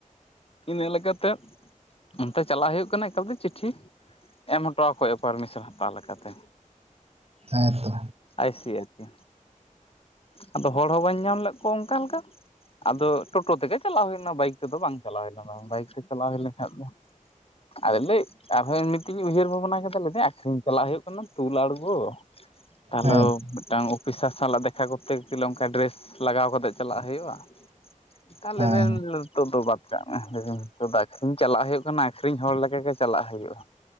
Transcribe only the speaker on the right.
ᱦᱮᱸ ᱛᱚ᱾
ᱦᱮᱸ
ᱦᱮᱸ